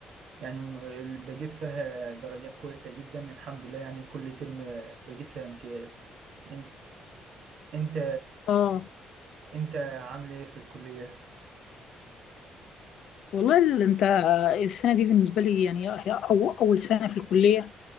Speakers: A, on the right (about 70°); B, on the left (about 75°).
A: يعني م- بجيب فيها درجات كويسة جدا الحمد لله يعني كل ترم بجيب فيها امتياز إن- انت
B: أه
A: انت عامل ايه في الكلية؟
B: والله ال- أنت آه، السنة دي بالنسبة لي يعني هي أو أول سنة في الكلية